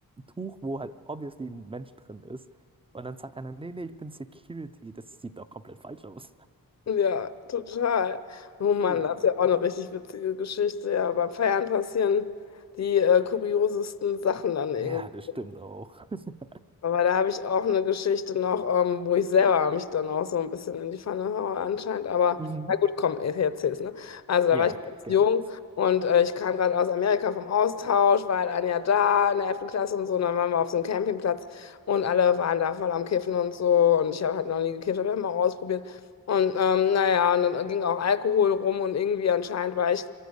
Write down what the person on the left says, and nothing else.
Ja, total. Oh Mann,
das ist ja auch eine richtig witzige Geschichte. Ja, beim Feiern passieren die äh, kuriosesten Sachen dann irgendwie.
Aber da habe ich auch eine Geschichte noch, ähm, wo ich selber mich dann auch so ein bisschen in die Pfanne haue anscheinend. Aber
na gut, komm, ich erzähl's, ne? Also da
war ich
ganz
jung und äh, ich kam gerade aus Amerika vom Austausch, war halt ein Jahr da in der elften Klasse und so. Und dann waren wir auf so einem Campingplatz und alle waren da voll am Kiffen und so. Und ich habe halt noch nie gekifft, habe immer ausprobiert. Und ähm, naja, und dann ging auch Alkohol rum und irgendwie anscheinend war ich,